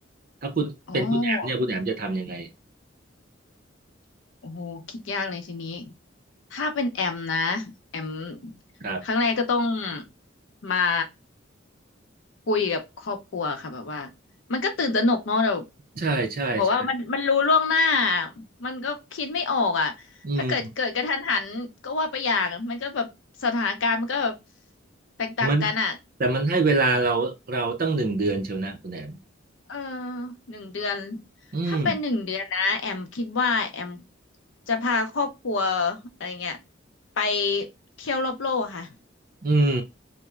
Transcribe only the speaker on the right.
ถ้าคุณเป็นคุณแอมเนี่ยคุณแอมจะทำยังไง
ครับ
ใช่ใช่ใช่
อืม
มันแต่มันให้เวลาเราเราตั้งหนึ่งเดือนเชียวนะคุณแอม
อืม
อืม